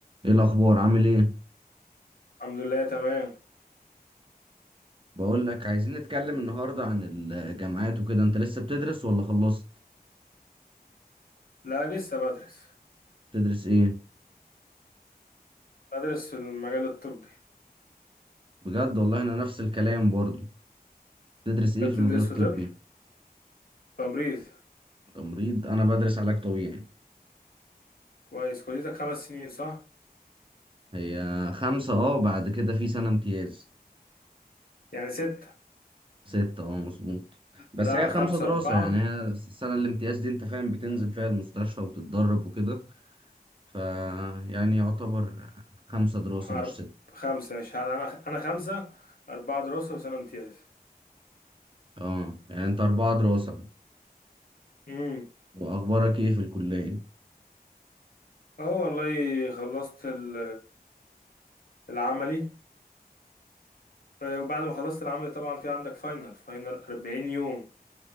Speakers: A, on the right (about 30°); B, on the left (about 65°).
A: ايه الاخبار عامل ايه
B: الحمد لله تمام
A: بقول لك عايزين نتكلم النهارده عن الجامعات وكده انت لسه بتدرس ولا خلصت
B: لا لسه بدرس
A: تدرس ايه
B: بدرس في المجال الطبي
A: بجد والله انا نفس الكلام برضو تدرس ايه
B: انت
A: في المجال
B: بتدرس
A: الطبي
B: في طب تمريض
A: تمريض انا بدرس علاج طبيعي
B: كويس كليتك خمس سنين صح
A: هي خمسة اه بعد كده في سنة امتياز
B: يعني ستة
A: ستة اه مظبوط بس
B: لا
A: هي
B: انا خمسة
A: خمسة دراسة
B: أربعة
A: يعني هي السنة الامتياز دي انت فاهم بتنزل فيها المستشفى وبتتدرب وكده ف يعني يعتبر خمسة دراسة
B: أرب...
A: مش ستة
B: خمسة مش ه- انا انا خمسة أربعة دراسة وسنة امتياز
A: اه يعني انت أربعة دراسة
B: امم
A: واخبارك ايه في الكلية
B: اه والله خلصت ال... العملي آه، وبعد ما خلصت العملي طبعا في عندك فاينل فاينل 40 يوم